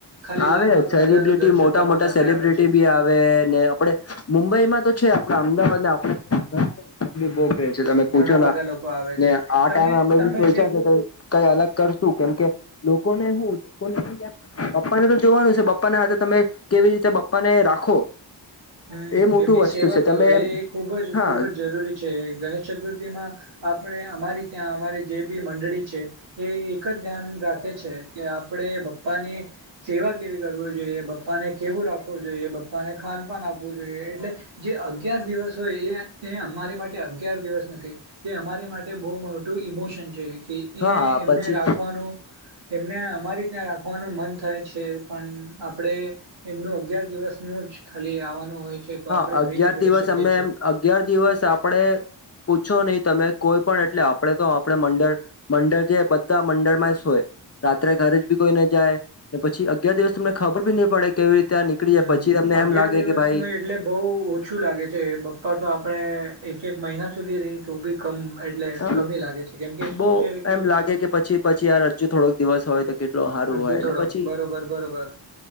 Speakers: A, on the right (about 75°); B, on the left (about 35°).
A: ખાલી
B: આવે
A: લાલબાગ
B: સેલિબ્રિટી
A: રાજાનું દર્શન
B: મોટા
A: કરવા
B: મોટા
A: માટે
B: સેલિબ્રિટી
A: આવે છે
B: ભી આવે ને આપડે મુંબઈમાં તો છે આપડા અમદાવાદને આપ ઘર છે નેી બહ ક છે તમે
A: ઘણા
B: પૂછો ને
A: બધા લોકો આવે છે
B: આ
A: તમે
B: ટાઈમે અમે
A: તમે
B: બી સોચ્યા
A: જે
B: છે કે કઈ અલગ કરશુ કેમ કે લોકો ને હું લોકોને ક પપ્પા ને તો જોવાનું છે પપ્પાના હાથે તમે કેવી રીતે પપ્પા ને રાખો?
A: હમ
B: એ મોટું
A: એમની સેવા
B: વસ્તુ છે
A: કરો
B: તમે
A: એ
B: એમ
A: એ ખૂબ જ
B: હા
A: ખૂબ જ જરૂરી છે ગણેશ ચતુર્થીમાં આપણે અમારી ત્યાં અમારી જે બી મંડળી છે એ એક જ ધ્યાન રાખે છે કે આપણે પપ્પાની સેવા કેવી કરવું જોઈએ પપા ને કેવું રાખવું જોઈએ પપ ને ખાનપાન આપું જોઈએ એટલે જે અગયાર દિવસ હોય એ અમારી માટે અગયાર દિવસ નથી તે અમારી માટે બહુ મોટું ઇમોશન છે કે એ
B: હા
A: એમને
B: પછી
A: રાખવાનું એમને અમારી ત્યાં રાખ ઓખવાનું મન થાય છે પણ આપણે એમનું અગયાર દિવસનું જ ખાલી આવવાનું હોય છે તો
B: હા
A: આપણે
B: અગિયાર
A: કઈ નહી કરી
B: દિવસ
A: શકીએ
B: અમને
A: છીએ
B: એમ અગિયાર દિવસ આપડ પૂછો નહીં તમે કોઈ પણ એટલે આપણેે તો આપણે મંડળ મંડળ જે બધા મંડળમાં હોય રાત્રે ઘરે જ બી કોઈને જાય ને પછી અગિયાર દિવસ તમને ખબર ભી નહી પડે કેવી રીતે ત્યાં નીકળી
A: હમ
B: જાય પછી તમને
A: અગિયાર
B: એમ લાગે
A: દિવસમાં
B: કે ભાઈ
A: એટલે બહુ ઓછું લાગે છે પપ્પા તો આપણે એક એક મહિના સુધી રહી તો બી કમ એટલે
B: હ
A: કમી લાગે છે કેમ કે શું
B: બહ
A: છે કે
B: એમ લાગે કે પછી પછી યાર હજુ થોડોક દિવસ હોય તો કેટલો સારું હોય
A: હજુ થોડોક
B: ને પછી
A: બરોબર બરોબર